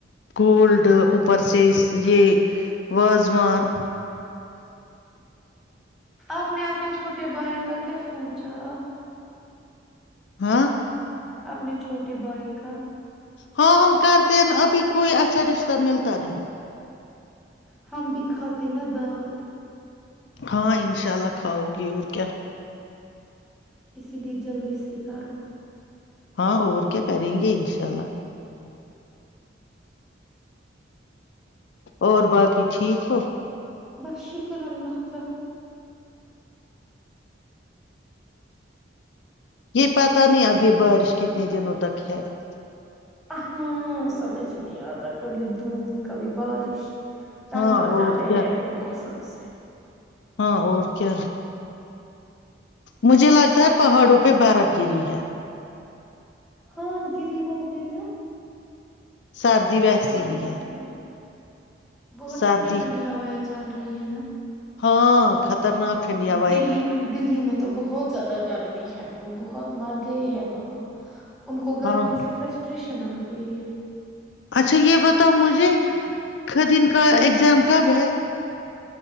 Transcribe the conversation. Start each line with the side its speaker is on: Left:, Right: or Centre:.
Left: کوولڈ اپر سے یہ واازان
Centre: اپنے آپنے چوٹ مے بھائی کا کیا سوچ رہا اب
Left: ہاں
Centre: اپنے چھوٹے بھائی کا
Left: ہاں ہم کرتے ن ابھی کوئی اچھا رشتہ ملتا نہیں
Centre: ہمم بھی کاتے نا دعوت
Left: ہاں انشاءلہ کھاؤ گے اور کیا
Centre: اسی لیے جلدی سے کارو
Left: ہاں اور کیا کریں گے انشاء اللہ اور باقی ٹھیک ہو
Centre: بس شکر اللہ کاا
Left: یہ پتاہ نہیں ابھی بارش کتنے دنوں تک <unintelligible>
Centre: ہاں سمجھ ہی نہیں آتا کبھی دھوپ کبھی بارش تنگا
Left: ہاں
Centre: چلتے
Left: اور کیا
Centre: ہیں ایسے موسم <unintelligible>
Left: ہاں اور کیا مجھے لگتا ہے پہاڑوں پہ بارب گیری ہے
Centre: ہاں گری ہوگی نا
Left: سرد ویسے
Centre: ورنہ
Left: ہی ہے
Centre: کیا بہت
Left: سردی
Centre: ٹھڈی ٹھڈی ہوا ہے چل رہی ہے نا
Left: ہاں خطرناک ٹھنڈی ہوائیں
Centre: دلی دلی میں تو بہت زیادہ گرمی ہے وہ بہت مر گئے ہے وہاں ان کو گرمی
Left: ہاں
Centre: سے فرسٹریشن آ گئی ہے
Left: اچھا یہ بتاؤ مجھے خدین کا ایگزام کب ہے